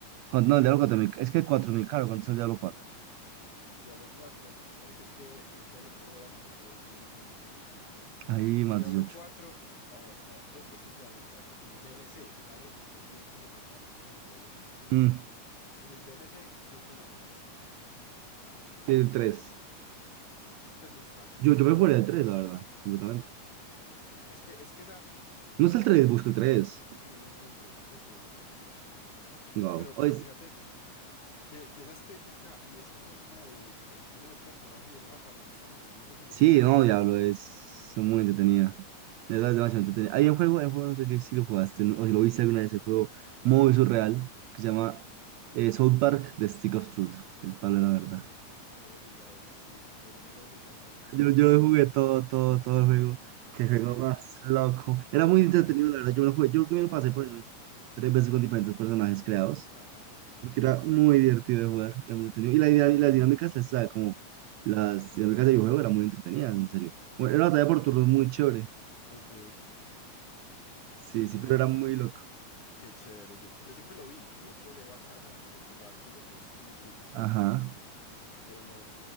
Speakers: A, on the right; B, on the left.
A: Cuan- No, el Diablo 4 es que cuatro mil caro. ¿Cuánto es el Diablo cuatro?
B: Diablo cuatro, espere que es que ni siquiera lo puedo ver así porque tiene contenido sensible.
A: Ahí más
B: Diablo
A: dieciocho.
B: cuatro, a ver, hasta dos versiones de Diablo cuatro Con el DLC vale doscientos setenta mil con el DLC. Mm.
A: Mm,
B: Sin el DLC, 190.
A: el
B: Huepucha.
A: 3,
B: El 3 no está.
A: Yo, yo me jugaría el 3, la verdad, completamente.
B: Sí, es que, es que esa...
A: No está el tres busca
B: es-
A: el tres
B: no lo encuentro, no lo encuentro en, en- en Steam.
A: Wow.
B: Pero,
A: O
B: pero fíjate que, que esa estética y esa forma de que, en que uno ve el personaje y el mapa me gusta mucho. Yo siento que yo
A: sí,
B: con Diablo
A: no,
B: sería
A: diablo,
B: muy
A: es
B: feliz.
A: muy entretenida.
B: Ajá.
A: De verdad, es demasiado entretenida. Hay un juego, hay un juego, no sé qué, si lo jugaste no- o si lo viste alguna vez, el juego muy surreal que se llama eh, South Park The Stick of Truth, el palo de la verdad.
B: Yo, yo lo llegué a ver, sí, pero no lo he jugado tampoco.
A: Yo, yo lo jugué
B: Ah,
A: todo, todo, todo el juego. Qué
B: Sí.
A: juego más loco. Era muy entretenido,
B: Ja,
A: la verdad. Yo me lo jugué, yo creo que me lo
B: ja,
A: pasé
B: ja,
A: por ahí
B: ja,
A: unas tres veces con diferentes personajes creados.
B: ja, ja, ja. ja.
A: porque era muy divertido de jugar, era muy entretenido. Y, la idea, y las dinámicas, las, ¿sabe? Como
B: Ujú.
A: las dinámicas de videojuego eran muy entretenidas, en serio. Bueno, era una batalla por
B: eso.
A: turnos muy chévere.
B: Ok,
A: Sí, sí,
B: ¿dónde
A: pero
B: jugar?
A: era muy
B: Qué,
A: loco.
B: qué chévere. Yo, yo siempre lo vi. De hecho, veo a Carmen así con su báculo, pues muy típico,
A: Ajá.
B: pero, pero no,